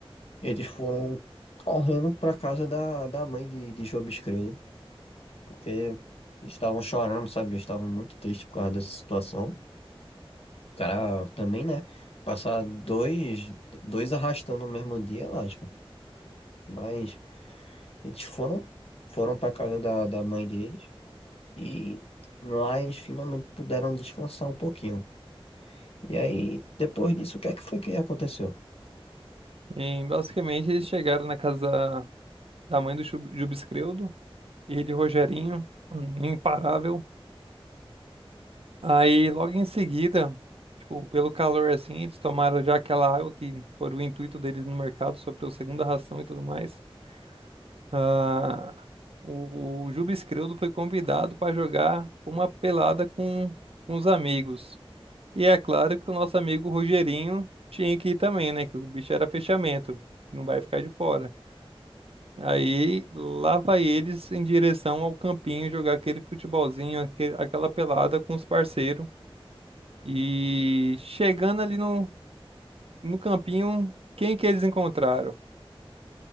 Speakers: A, on the left; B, on the right.
A: Eles foram correndo para casa da, da mãe de, de Job Escredo, porque eles estavam chorando, sabe? Eles Estavam muito tristes por causa dessa situação. O cara também, né? Passar dois, dois arrastando no mesmo dia, é lasca. Mas eles foram, foram para casa da, da mãe deles e lá eles finalmente puderam descansar um pouquinho. E aí, depois disso, o que é que foi que aconteceu?
B: Em, basicamente, eles chegaram na casa da mãe do Chu- Jubescreudo, ele e Rogerinho, um imparável. Aí, logo em seguida, tipo, pelo calor assim, eles tomaram já aquela água que foi o intuito deles no mercado, sobre a segunda ração e tudo mais. Ah, o, o Juba Escredo foi convidado para jogar uma pelada com, com os amigos. E é claro que o nosso amigo Rogerinho tinha que ir também, né? Que o bicho era fechamento, não vai ficar de fora. Aí lá vai eles em direção ao campinho jogar aquele futebolzinho, aque- aquela pelada com os parceiros. E chegando ali no, no campinho, quem que eles encontraram?